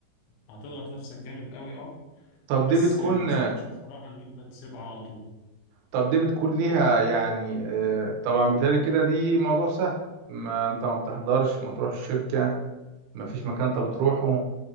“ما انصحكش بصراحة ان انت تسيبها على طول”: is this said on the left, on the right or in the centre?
Left